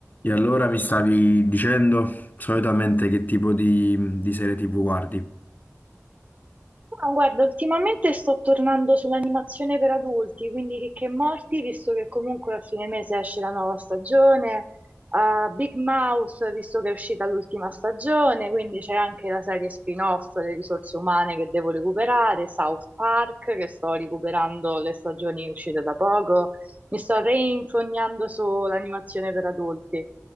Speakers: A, on the left (about 35°); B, on the right (about 30°).
A: E allora mi stavi dicendo solitamente che tipo di, di serie TV guardi?
B: No, guarda, ultimamente sto tornando sull'animazione per adulti, quindi Rick e Morty, visto che comunque a fine mese esce la nuova stagione, a Big Mouth, visto che è uscita l'ultima stagione, quindi c'è anche la serie spin-off Le risorse umane che devo recuperare, South Park che sto recuperando le stagioni uscite da poco, mi sto reinfognando sull'animazione per adulti.